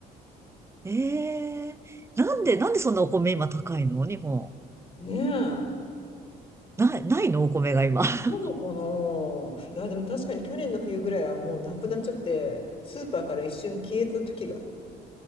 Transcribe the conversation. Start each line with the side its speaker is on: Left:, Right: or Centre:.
Right: ええなんで、なんでそんなお米今高いの日本。
Left: ねえ。
Right: ない、ないのお米が今。<laughs>
Left: なのかないや、でも確かに去年の冬ぐらいはもうなくなっちゃって、スーパーから一瞬消えた時があった。